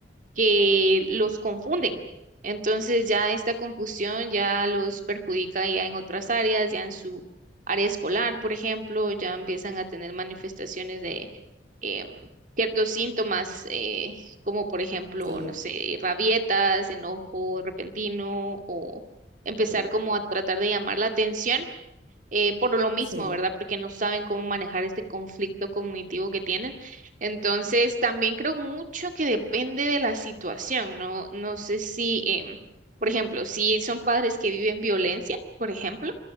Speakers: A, on the right; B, on the right.
A: que los confunden. Entonces ya esta confusión ya los perjudica ya en otras áreas, ya en su área escolar, por ejemplo, ya empiezan a tener manifestaciones de em, ciertos síntomas, eh, como por ejemplo,
B: Sí,
A: no sé, rabietas, enojo repentino o empezar
B: sí,
A: como a tratar de llamar la atención eh, por lo mismo,
B: sí.
A: ¿verdad? Porque no saben cómo manejar este conflicto cognitivo que tienen. Entonces, también creo mucho que depende de la situación, ¿no? No sé si, em, por ejemplo, si son padres que viven violencia, por ejemplo,